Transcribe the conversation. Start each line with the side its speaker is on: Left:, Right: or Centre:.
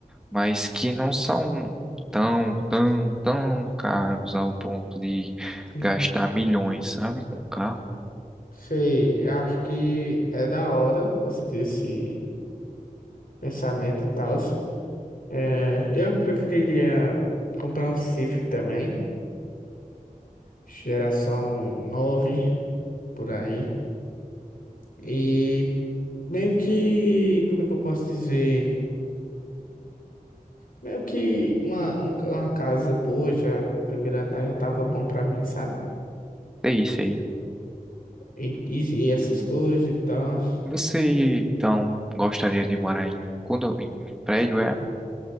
Centre: mas que não são tão, tão, tão caros ao ponto de
Left: Sim.
Centre: gastar milhões, sabe, com um carro.
Left: Sei, eu acho que é da hora você ter esse. pensamento e tal. É, eu preferiria comprar um Civic também, geração 9 por aí. E meio que, como é que eu posso dizer? Meio que uma, um ca- uma casa boa, já, o primeiro andar já tava bom pra mim, sabe?
Centre: É isso aí.
Left: E, e, e essas coisas e tal.
Centre: Você então gostaria de morar em, condo... em prédio, é?